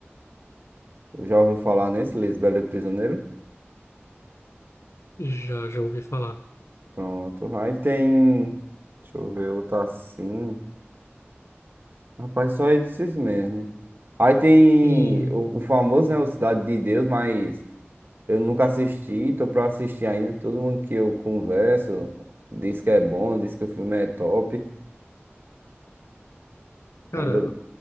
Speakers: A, on the right (about 50°); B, on the left (about 80°).
A: Já ouviu falar nesse, Lisbela e o Prisioneiro?
B: Já, já ouvi falar.
A: Pronto. Aí tem. Deixa eu ver, outro assim. Rapaz, só esses mesmo. Aí tem
B: E,
A: o, o famoso, né? O Cidade de Deus, mas eu nunca assisti, tô pra assistir ainda. Todo mundo que eu converso diz que é bom, diz que o filme é top.
B: cara,
A: Ainda.